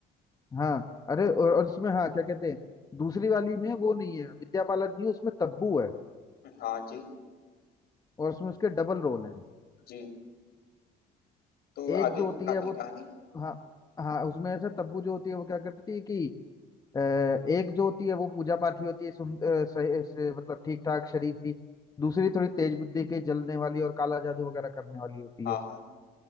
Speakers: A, on the left; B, on the left.
A: हाँ अरे और, और इसमें हाँ क्या कहते हैं दूसरी वाली में वो नहीं है विद्या बालन नहीं उसमें तब्बू है
B: हाँ जी
A: और उसमें उसके डबल रोल हैं
B: जी तो
A: एक
B: आगे
A: जो होती
B: का
A: है
B: की
A: वो
B: कहानी
A: हाँ हाँ उसमें ऐसा तब्बू जो होती है वो क्या करती है कि अ, एक जो होती है वो पूजा पाठी होती है सुन अ, सही से, मतलब ठीक ठाक शरीफ सी दूसरी थोड़ी तेज बुद्धि की जलने वाली और काला जादू वगैरह करने वाली होती
B: हाँ
A: है
B: हाँ